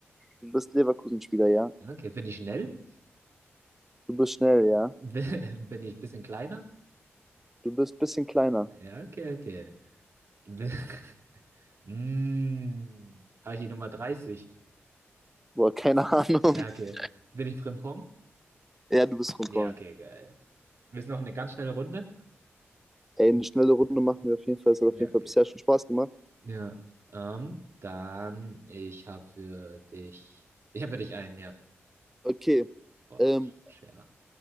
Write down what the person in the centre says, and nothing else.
Du bist Leverkusen-Spieler, ja.
Du bist schnell, ja.
Du bist ein bisschen kleiner.
Boah, keine Ahnung.
<laughs>
Ja, du bist rumkommen.
Ey, eine schnelle Runde machen wir auf jeden Fall. Es hat
auf jeden
Fall bisher schon Spaß gemacht.
Okay,
ähm,